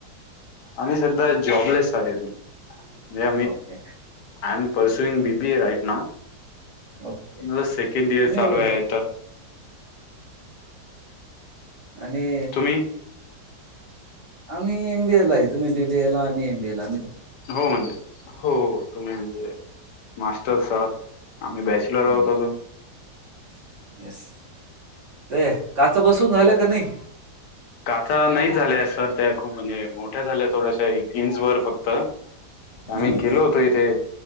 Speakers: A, on the left (about 75°); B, on the right (about 70°).
A: आम्ही सधा जॉबलेस आहे. <unintelligible> I
B: okay
A: am pursuing Bibi A right नाव.
B: ओके
A: माझ सेकंड इयर
B: तुम्ही
A: चालू आहे आथ. <inaudible>
B: आणि आणि
A: तुम्ही
B: आम्ही एम. बी. ए. ला आहेत. तुम्ही बीबी एला आम्ही एम. बी. ए. ला
A: हो म्हणजे हो-हो तुम्ही म्हणजे मास्टर साब आम्ही बॅचलर
B: हम्म,
A: आहतो अजुन.
B: <inaudible> येस ते काच बसून झालं का नाही?
A: काचा नाही झालाय सर त्या खूप म्हणजे मोठ्या झाल्या थोड्याश्या एकंस वर फक्त आम्ही
B: हम्म
A: गेलो होतो इथे